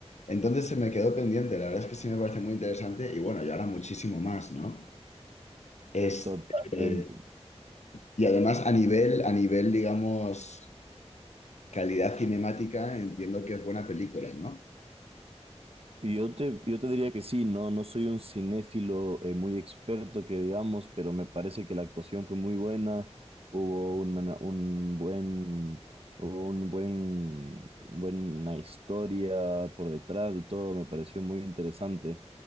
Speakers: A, on the left; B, on the right.
A: Entonces se me quedó pendiente. La verdad es que sí me parece muy interesante y bueno, y ahora muchísimo más, ¿no? Es,
B: Totalmente.
A: eh, y además a nivel, a nivel, digamos, calidad cinemática, entiendo que es buena película, ¿no?
B: Yo te, yo te diría que sí, no, no soy un cinéfilo eh, muy experto que digamos, pero me parece que la actuación fue muy buena, hubo una- un buen, hubo un buen, buena historia por detrás y todo, me pareció muy interesante.